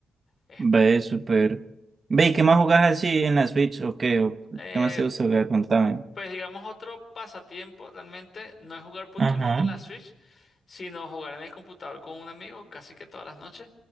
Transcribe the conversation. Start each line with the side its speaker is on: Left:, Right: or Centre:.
Left: Es,
Right: Ve, súper. Ve, ¿y qué más jugás así en la Switch? ¿O qué? ¿O
Left: eh,
Right: qué más te gusta jugar? Contame.
Left: pues digamos, otro pasatiempo realmente no es jugar puntualmente
Right: Ajá.
Left: en la Switch, sino jugar en el computador con un amigo casi que todas las noches.